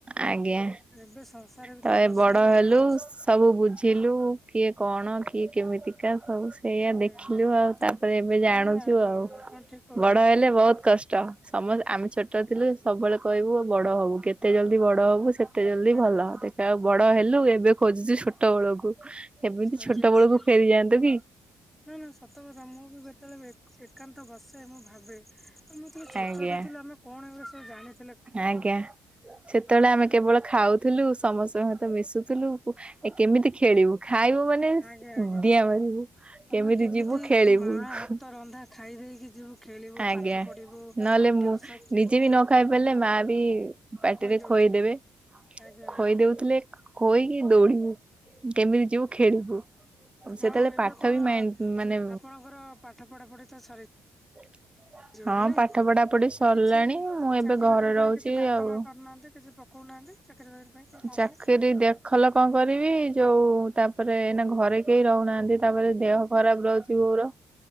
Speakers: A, on the right (about 15°); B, in the centre.
A: ଆଜ୍ଞା।
B: ଏବେ ସଂସାର ଭିତରେ
A: ତ ଏ
B: ପଶିଲା
A: ବଡ
B: ବେଳେ
A: ହେଲୁ।
B: ଜାଣୁଛି।
A: ସବୁ ବୁଝିଲୁ କିଏ କଣ କିଏ କେମିତିକା ସବୁ ଏଇଆ
B: ଆଜ୍ଞା
A: ଦେଖିଲୁ
B: ଆଜ୍ଞା
A: ଆଉ ତାପରେ ଏବେ
B: ନାଇଁ
A: ଜାଣୁଛୁ
B: ନାଇଁ ହଁ
A: ଆଉ
B: ଆପଣ ଠିକ କହୁଛନ୍ତି
A: ବଡ ହେଲେ ବୋହୁତ୍ କଷ୍ଟ। ସମସ୍ତେ ଆମେ ଛୋଟ ଥିଲୁ ସବୁବେଳେ କହିବୁ ବଡ ହବୁ କେତେ ଜଲ୍ଦି ବଡ ହବୁ ସେ ଏତେ ଜଲଦି
B: ଆଜ୍ଞା
A: ଭଲ ଦେଖିଲା ବେଳୁ ବଡ ହେଲୁ ଏବେ ଖୋଜୁଛୁ ଛୋଟ ବେଳକୁ ଏମିତି
B: ଆଜ୍ଞା
A: ଛୋଟ
B: ଆଜ୍ଞା।
A: ବେଳକୁ ଫେରିଯାଆନ୍ତୁ କି?
B: ନା ନା ସତ କଥା ମୁଁ କେତବେଳେ ଏକାନ୍ତ ବସେ ମୁଁ ଭାବେ ଆମ ତ ଛୋଟ
A: ଆଜ୍ଞା
B: ଛୋଟ ଥିଲ ଆମେ କଣ ଏବେ ସେ ଜାଣୁ
A: ଆଜ୍ଞା ସେତେବେଳେ
B: ହାତରୁ
A: ଆମେ କେବଳ ଖାଉ। ଥିଲୁ ସମସ୍ତେ ସତ ମିଶୁଥିଲୁ ଏ କେମିତି ଖେଳିବୁ ଖାଇବୁ ମାନେ <unintelligible>
B: ଆଜ୍ଞା ଆଜ୍ଞା ଆମେ କେମିତି
A: ଯିବୁ ଖେଳିବୁ।
B: ମା ହାତ ରନ୍ଧା ଖାଇ ଦେଇେଇକି ଯିବୁ ଖେଳିବୁ
A: ଆଜ୍ଞା
B: ପାଠ ପଢିବୁ।
A: ନହେଲେ ମୁଁ
B: ଟିଉସନ ଯିବୁ
A: ନିଜେ ବି ନ ଖାଇବ ବୋଇଲେ ମା ବି ପାଟିରେ
B: କହିଦଉଥିଲେ
A: ଖଇ ଦେବେ
B: ଆଜ୍ଞା
A: ଖଇଦଉଥିଲେ।
B: ଆଜ୍ଞା
A: ଖୋଇକି ଦୌଡିବି କେମିତି ଯିବୁ ଖେଳିବୁ ସେତେବେଳେ
B: ଆଉ ଏବେ
A: ପାଠ
B: କଣ
A: ବି ମାଇଣ୍ଡ
B: ଆପଣଙ୍କର
A: ମାନେ
B: ପାଠ ପଢାପଢି ତ ସରି
A: <unintelligible>
B: ଜୀ ଭଣ
A: ହଁ
B: <unintelligible> ନାଇଁ
A: ପାଠ ପଢା ପଢି ସରିଲାଣି
B: କିଛି
A: ମୁଁ ଏବେ
B: ଚାକିରି
A: ଘରେ
B: ବାକିରି
A: ରହୁଛି
B: ପାଇଁ କିଛି ଦାଖଲ
A: ଆଉ
B: କରୁନାହାନ୍ତି। କିଛି ପକୋଉନାହାନ୍ତି? ଚାକେରି ବାକେରି ପାଇଁ? କି କଣ
A: ଚାକିରି
B: ପାଇଁ
A: ଦେଖଲ କଣ କରିବି। ଯୋଉ ତାପରେ ଏଇନା ଘରେ କେହି ରହୁନାହାନ୍ତି। ତାପରେ ଦେହ ଖରାପ ରହୁଚି ବୋଉର।